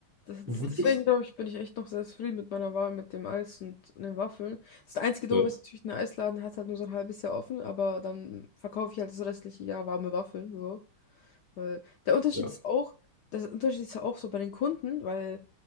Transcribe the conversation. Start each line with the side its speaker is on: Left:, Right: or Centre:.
Left: Das, das,
Right: und gut
Left: deswegen
Right: ist.
Left: glaube ich, bin ich echt noch sehr zufrieden mit meiner Wahl mit dem Eis und, und den Waffeln. Das einzige Doofe
Right: Ja,
Left: ist natürlich, ein Eisladen hat halt nur so ein halbes Jahr offen, aber dann verkaufe ich halt das restliche Jahr warme Waffeln. So. Weil der Unterschied
Right: ja.
Left: ist auch, der Unterschied ist ja auch so bei den Kunden, weil